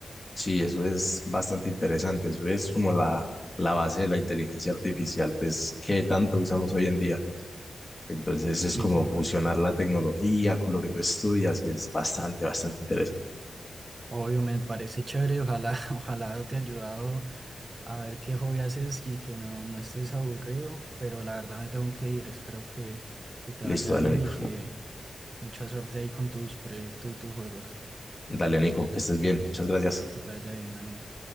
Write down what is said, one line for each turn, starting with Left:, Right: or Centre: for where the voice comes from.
Left: Sí, eso es bastante interesante, eso es como la, la base de la inteligencia artificial, pues que tanto usamos hoy en día. Entonces
Right: Sí,
Left: es como fusionar la tecnología con lo que tú estudias y es bastante, bastante interesante.
Right: Obvio, me parece chévere. Ojalá, <laughs> ojalá te haya ayudado a ver qué hobby haces y que no, no estés aburrido. Pero la verdad me tengo que ir. Espero que, que te
Left: Listo,
Right: vaya
Left: dale,
Right: bien
Left: Nico.
Right: y que mucha suerte ahí con tus proyectos y tus juegos.
Left: Dale, Nico, que estés bien. Muchas gracias.
Right: Dale, que te vaya bien, Daniel.